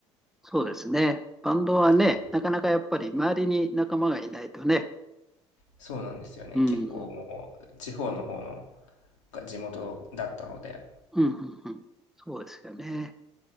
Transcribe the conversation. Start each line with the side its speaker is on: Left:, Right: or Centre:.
Centre: そうですね。バンドはね、
Left: はい
Centre: なかなかやっぱり周りに仲間がいないとね。
Left: そうなんですよね。
Centre: うん。
Left: 結構もう地方の方の
Centre: うん
Left: が地元だったので、
Centre: うんうん。そうですよね。